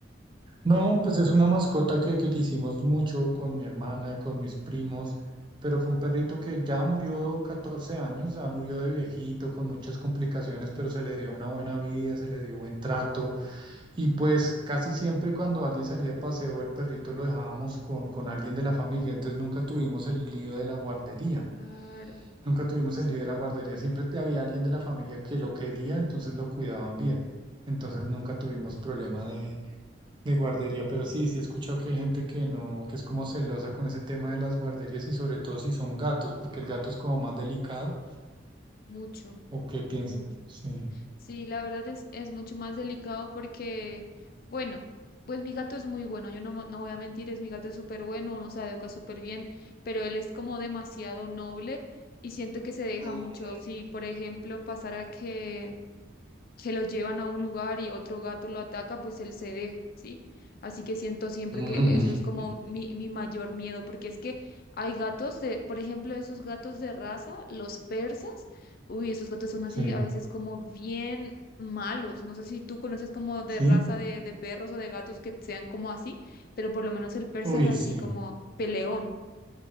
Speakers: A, on the right (about 25°); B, on the left (about 50°).
A: No, pues es una mascota que, que quisimos mucho con mi hermana y con mis primos, pero fue un perrito que ya murió 14 años, ya murió de viejito, con muchas complicaciones, pero se le dio una buena vida, se le dio buen trato. Y pues casi siempre cuando alguien salía de paseo, el perrito lo dejábamos con, con alguien de la familia, entonces nunca tuvimos el lío de la guardería.
B: Claro,
A: Nunca tuvimos
B: sí,
A: el líder de la guardería, siempre te había alguien de la familia que lo quería, entonces lo cuidaban bien. Entonces nunca tuvimos problema de, de guardería, pero sí, sí he escuchado que hay gente que no, que es como celosa con ese tema de las guarderías y sobre todo si son gatos, porque el gato es como más delicado,
B: mucho,
A: ¿o qué piensas?
B: mucho.
A: Sí.
B: Sí, la verdad es, es mucho más delicado porque, bueno, pues mi gato es muy bueno, yo no, mo- no voy a mentir, es mi gato es súper bueno, uno se educa súper bien, pero él es como demasiado noble y siento que se deja
A: Mm.
B: mucho. Si, por ejemplo, pasara que se lo llevan a un lugar y otro gato lo ataca, pues él se deja, ¿sí? Así que siento siempre
A: <laughs>
B: que eso es como mi, mi mayor miedo, porque es que hay gatos de, por ejemplo, esos gatos de raza, los persas, uy, esos gatos son
A: Sí.
B: así a veces como bien malos, no sé si tú conoces como de
A: Sí.
B: raza de, de perros o de gatos que sean como así, pero por lo menos el persa
A: Uy,
B: es así
A: sí.
B: como peleón.